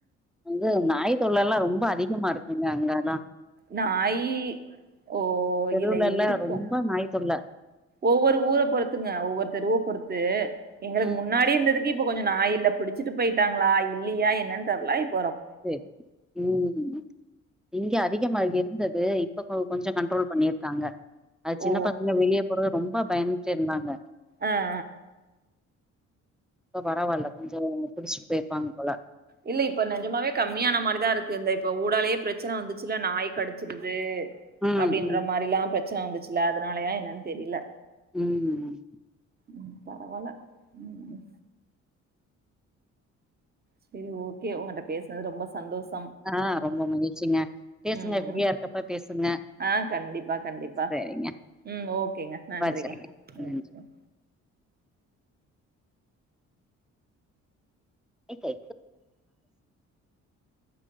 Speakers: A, in the centre; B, on the right.
A: வந்து நாய் தொல்ல எல்லா ரொம்ப அதிகமா இருக்குங்க அங்கலா
B: நாயி ஓ
A: தெருவுலல்லா
B: இல்ல இருக்கு
A: ரொம்ப நாய் தொல்ல
B: ஒவ்வொரு ஊர பொறுத்துங்க ஒவ்வொரு தெருவ பொறுத்து எங்களுக்கு
A: ம்.
B: முன்னாடி இருந்ததுக்கு இப்ப கொஞ்சம் நாய் இல்ல பிடிச்சிட்டு போயிட்டாங்களா இல்லையா என்னன்னு தெர்ல இப்
A: சரி ம் இங்க அதிகமா இருந்தது இப்ப ப்ப கொஞ்ச கண்ட்ரோல் பண்ணியிருக்காங்க அது
B: ஓ
A: சின்ன பசங்க வெளியே போறது ரொம்ப பயந்துட்டே இருந்தாங்க
B: அ அ
A: இப்ப பரவால்ல கொஞ்சோ புடிச்சுட்டு போய்ருப்பாங்க போல
B: இல்ல இப்ப நெஜமாவே கம்மியான மாரிதா இருக்கு இந்த இப்ப ஊடாலயே பிரச்சன வந்துச்சுல்ல நாய் கடிச்சிருது
A: ம்
B: அப்டின்ற
A: ம்
B: மாரிலா பிரச்சன வந்துச்சுல்ல அதனாலயா என்னன்னு தெரில
A: ம் ம்
B: ம் பரவால்ல ம் செரி ஓகே உங்கிட்ட பேசுனது ரொம்ப சந்தோஷ்
A: ஆ ரொம்ப மகிழ்ச்சிங்க பேசுங்க
B: ம் ம்
A: ஃப்ரீயா இருக்கப்ப பேசுங்க
B: ஆ கண்டிப்பா கண்டிப்பா
A: சரிங்க
B: ம் ஓகேங்க நன்றிங்க
A: வச்சுருங்க நன்றி
B: ம் ம்
A: ஏ கே